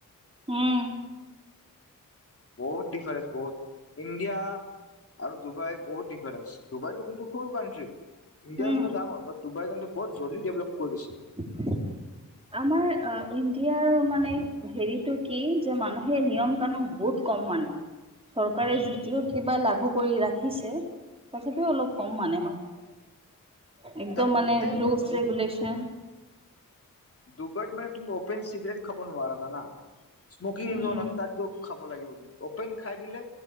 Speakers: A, on the right; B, on the left.
A: উম,
B: বহুত ডিফাৰেন্ঞ্চ বহুত ইণ্ডিয়া আৰু ডুবাই বহুত ডিফাৰেন্ঞ্চ ডুবাইতটো কিন্তু সৰু কানট্ৰি। ইণ্ডিয়াৰো
A: উম।
B: ডাঙৰ বাত ডুবাই বৰত জল্দি ডেভলপ কৰি দিছে।
A: <unintelligible> আমাৰ ইণ্ডিয়াৰ মানে হেৰিতটো কি যে মানুহে নিয়ম কানু বহুত কম মানে চৰকাৰে যদিও কিবা লাঘু কৰি ৰাখিছে। কথাটো অলপ কম মানে মানুহ। একদম
B: তাতে
A: মানে ৰুলচ
B: তুমি
A: ৰেগুলচন
B: দুবট মানে তুমি পেন চিগৰেট খাব নোৱৰা জানা? স্মকিং
A: উম
B: জন আছে তাত গৈ খাব লাগিব। খাই দিলে